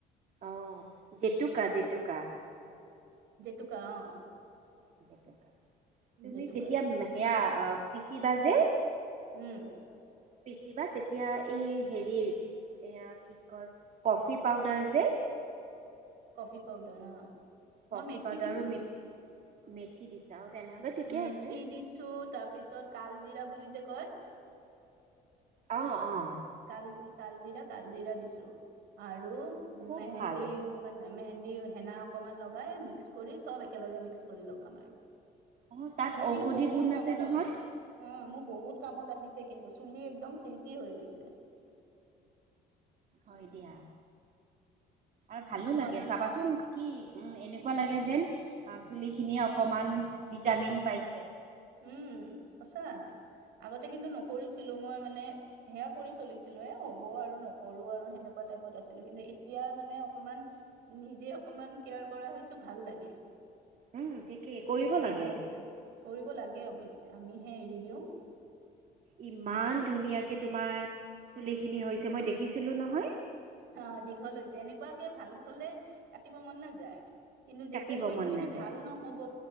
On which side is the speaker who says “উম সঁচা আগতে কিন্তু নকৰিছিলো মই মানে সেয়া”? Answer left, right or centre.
Right